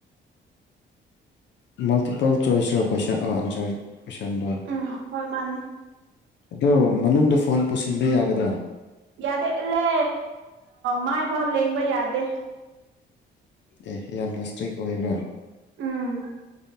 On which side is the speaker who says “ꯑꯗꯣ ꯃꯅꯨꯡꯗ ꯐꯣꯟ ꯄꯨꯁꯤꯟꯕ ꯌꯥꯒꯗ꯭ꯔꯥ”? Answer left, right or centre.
Left